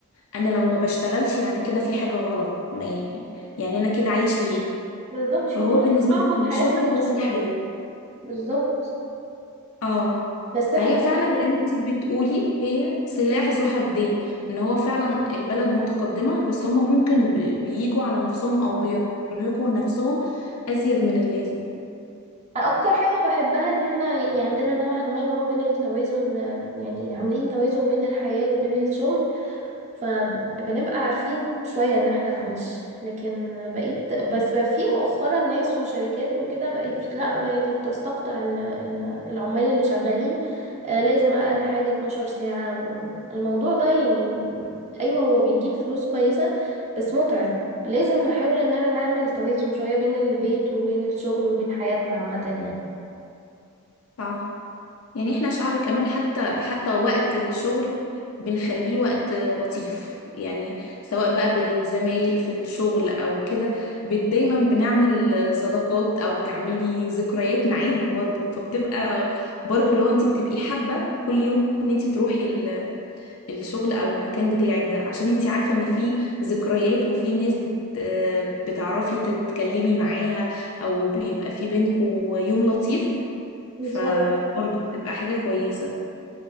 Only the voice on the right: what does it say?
بالظبط في
ناس
بتربط
حياتها
بالشغل
بالظبط
بس
احنا
يعني
اكتر حاجة بحبها ان احنا يعني عندنا نوعا ما نوع بين التوازن يعني عاملين توازن بين الحياة وبين الشغل فبنبقى عارفين شوية ان احنا نعيش لكن بقيت بس بقى في مؤخرا ناس وشركات وكده بقيت لا يعني بتستقطع ال- ال- العمال اللي شغالين آه، لازم اقل حاجة 12 ساعة والموضوع ده يعني ايوه هو بيجيب فلوس كويسة بس متعب لازم نحاول اننا نعمل توازن شوية بين البيت وبين الشغل وبين حياتنا عامة يعني
بالظبط